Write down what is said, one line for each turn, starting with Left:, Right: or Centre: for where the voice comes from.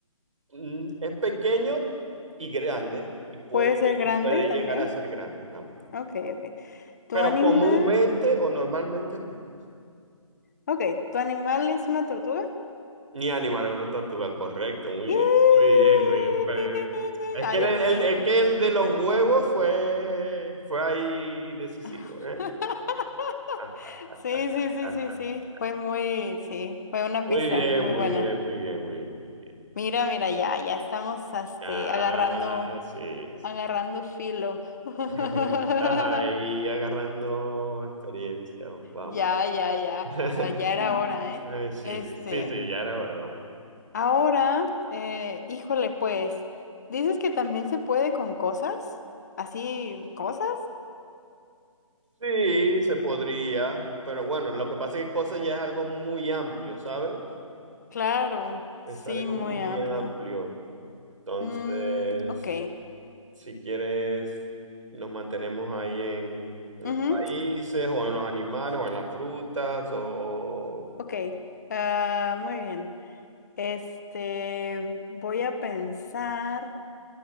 Right: mm, es pequeño y grande y puede,
Left: puede ser
Right: y
Left: grande
Right: puede
Left: también.
Right: llegar a ser grande también.
Left: Ok, ok. Tu
Right: Pero
Left: animal.
Right: comúnmente o normalmente es pequeño.
Left: Ok, ¿tu animal es una tortuga?
Right: Ni animal es una tortuga, correcto, muy
Left: ¡Yee!
Right: bien, muy bien, muy bien. Pero
Left: ¡Tin, tin, tin, tin!
Right: es
Left: Ahí
Right: que el, el-
Left: al fin,
Right: es
Left: ¿eh?
Right: que el de los huevos fue, fue ahí decisivo,
Left: <laughs>
Right: ¿eh? Ah,
Left: Sí,
Right: ah,
Left: sí, sí,
Right: ah,
Left: sí,
Right: ah.
Left: sí. Fue muy, sí, fue una
Right: Muy
Left: pista
Right: bien,
Left: muy
Right: muy
Left: buena.
Right: bien, muy bien, muy bien, muy bien.
Left: Mira, mira, ya, ya estamos este,
Right: Ah,
Left: agarrando,
Right: sí, sí.
Left: agarrando filo. <laughs>
Right: <laughs> Ya estás ahí agarrando experiencia, vamos.
Left: Ya, ya, ya.
Right: <laughs>
Left: ah, Ya era hora, ¿eh?
Right: Eh, sí,
Left: Este,
Right: sí, sí, sí, ya era hora, vamos.
Left: ahora, eh, híjole, pues, ¿dices que también se puede con cosas? ¿Así, cosas?
Right: Sí, se podría, pero bueno, lo que pasa es que cosas ya es algo muy amplio, ¿sabes?
Left: Claro,
Right: Es
Left: sí,
Right: algo
Left: muy
Right: muy
Left: amplio.
Right: amplio. Entonces,
Left: Mm, ok.
Right: si quieres, nos mantenemos ahí en, en
Left: Ujú,
Right: los países, o en los animales, o en las frutas, o
Left: ok. Ah, muy bien. Este, voy a pensar